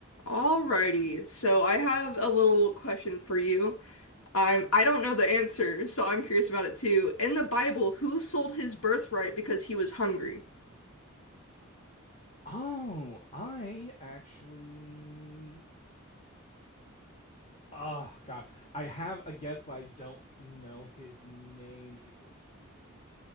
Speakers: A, on the left; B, on the left.
A: Alrighty, so I have a little question for you. I'm I don't know the answer, so I'm curious about it too. In the Bible, who sold his birthright because he was hungry?
B: Oh, I actually. Oh God, I have a guess, but I don't know his name. It wa-